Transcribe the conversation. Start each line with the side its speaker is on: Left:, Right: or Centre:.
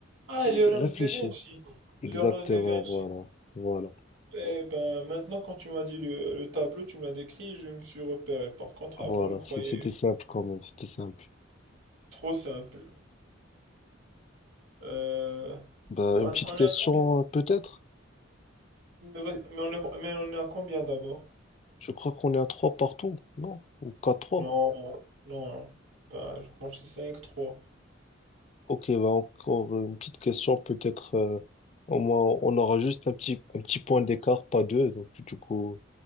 Right: Ah, Leonardo
Left: réfléchis.
Right: da Vinci.
Left: Exactement,
Right: Leonardo da Vinci.
Left: voilà. Voilà.
Right: Eh ben, maintenant, quand tu m'as dit le, le tableau, tu me l'as décrit, je me suis repéré. Par contre, avant,
Left: Voilà.
Right: je croyais
Left: C'est- C'était simple quand même. C'était simple.
Right: trop simple. Euh,
Left: Bah,
Right: mais on,
Left: une petite
Right: on
Left: question,
Right: est à combien?
Left: euh, peut-être?
Right: Mais, vas-y, mais on est, mais on est à combien d'abord?
Left: Je crois qu'on est à trois partout, non? Ou quatre trois?
Right: Non, non, non. Bah, je pense que c'est cinq trois.
Left: Ok, bah encore une petite question, peut-être. euh, au moins, on aura juste un petit, un petit point d'écart, pas deux. Donc, du coup,